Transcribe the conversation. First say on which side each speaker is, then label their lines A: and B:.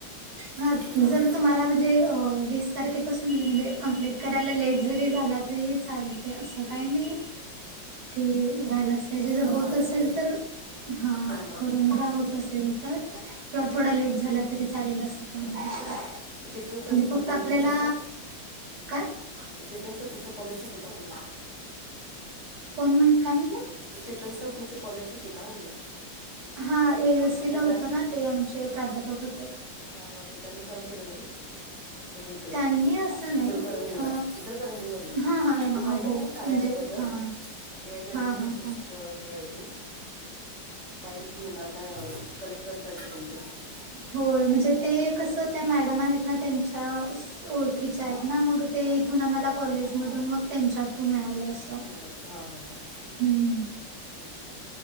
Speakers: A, on the right; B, on the right.
A: ह
B: असं झालं
A: जर तुम्हाला म्हणजे वीस तारखेपासून म्हणजे कम्प्लीट जर करायला लेट जरी झालात तरी चालतंय असं काही नाही. कि झालाच पाहिजे जर
B: आज
A: होत
B: झालंच
A: असेल
B: पाहिजे
A: तर हा
B: टाकायच्या
A: करून
B: आज.
A: घ्या होत असेल तर. किंवा थोडा लेट झाला तरी चालेल अस काही
B: चालेल
A: नाही
B: हां
A: म्हणजे
B: तर चेतन सर तुमच्या
A: फक्त क्त
B: कॉलेजचेच
A: आपल्याला
B: आहे का
A: काय
B: ते चेतन सर तुमच्या कॉलेजचेच आहे का म्हणलं?
A: कोण म्हण काय म्हटलां?
B: ते चेतन सर तुमच्या कॉलेजचेच हाय का म्हणलं?
A: हा ए एस
B: ते
A: सी
B: त्या
A: ला होते ना ते आमचे प्राध्यापक होते.
B: हा हा ते त्यांनी चालू केलं ना हे? म्हणजे इकड
A: त्यांनी असं नाही
B: इचलकरंजीला
A: अ,
B: इचलकरंजी मध्ये
A: हा हा
B: इथे
A: हा
B: पाहिलं
A: हो
B: मी. कार्या
A: म्हणजे
B: ॲपबद्दल
A: हा.
B: ए आय जनरेशनसच
A: हा हा हा
B: हे आहे ते. पाहिला मी डाटा कलेक्ट करतायत सगळीकडचा.
A: होय म्हणजे ते कस त्या मॅडम आहेत ना त्यांच्या ओळखी च्या आहेत ना मग ते इथून आम्हाला कॉलेज मधून मग त्यांच्या थ्रू मिळालं. असं
B: मिळालं हा हा हा
A: हम्म
B: अच्छा!